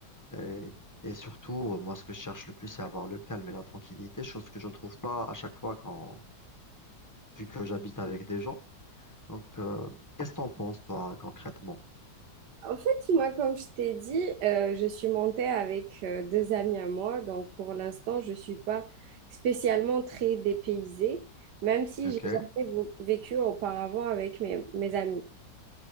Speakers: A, on the left; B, on the right.
A: Et, et surtout, euh, moi, ce que je cherche le plus, c'est avoir le calme et la tranquillité, chose que je ne trouve pas à chaque fois quand, vu que j'habite avec des gens. Donc, euh, qu'est-ce que t'en penses, toi, concrètement?
B: En fait, moi, comme je t'ai dit, euh, je suis montée avec euh, deux amis à moi, donc pour l'instant, je ne suis pas spécialement très dépaysée, même si
A: Ok,
B: j'ai jamais vo- vécu auparavant avec mes, mes amis.